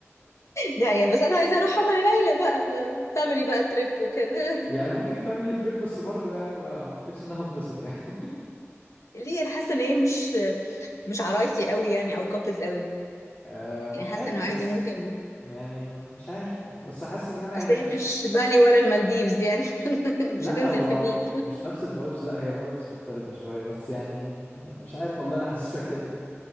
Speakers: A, on the left; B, on the left.
A: لا يا بس انا عايزه اروحها مع ليلى بقى ف- فاميلي بقى تريب وكده
B: يعني ممكن فاميلي تريب بس برضو يعني ما ما اعتقدش انها اتبسط يعني <laughs>
A: ليه انا حاسه ان هي مش مش عرايسي قوي يعني او كابلز قوي
B: أه مش
A: يعني حاسه
B: عارف
A: انه
B: بس
A: عادي ممكن
B: يعني مش عارف بس حاسس ان انا يعني
A: اصل
B: مش
A: هي مش بالي ولا المالديفز يعني <laughs> مش
B: لا
A: هتنزل
B: هو
A: في النيل
B: مش نفس الفايبس لا هي فايبس مختلفة شوية بس يعني مش عارف والله انا حاسسها كده